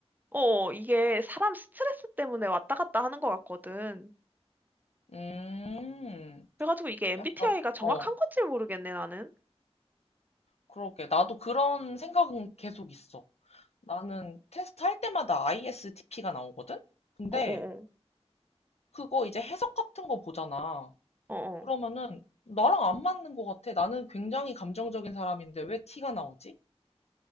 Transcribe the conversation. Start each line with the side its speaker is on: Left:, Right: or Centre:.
Right: 어, 이게 사람 스트레스 때문에 왔다 갔다 하는 것 같거든.
Left: 음,
Right: 그래가지고 이게 MBTI가
Left: 약간,
Right: 정확한
Left: 어,
Right: 건지 모르겠네, 나는.
Left: 그러게. 나도 그런 생각은 계속 있어. 나는 테스트 할 때마다 ISTP가 나오거든? 근데
Right: 어어어.
Left: 그거 이제 해석 같은 거 보잖아.
Right: 어,
Left: 그러면은
Right: 어.
Left: 나랑 안 맞는 것 같아. 나는 굉장히 감정적인 사람인데 왜 티가 나오지?